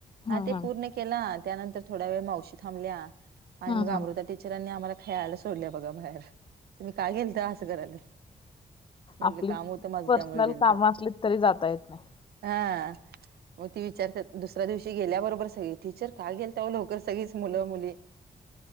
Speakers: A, on the right; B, on the left.
A: हा
B: हम्म
A: ते पूर्ण केला त्यानंतर थोड्या वेळ मावशी थांबल्या आणि
B: हा
A: मग
B: हा.
A: अमृता टी टिचरांनी आम्हाला खेळायला सोडल्या बघा बाहेर तुम्ही का गेलता असं कराल्यात म्हटलं
B: आपली
A: काम होत माझं
B: पर्सनल
A: त्यामुळ गेलत
B: कामं असलीत तरी जाता येत नाही.
A: हा मग ती विचारत्यात दुसऱ्या दिवशी गेल्याबरोबर बर सगळ टीचर का गेलता ओ लवकर सगळीच मुलं मुली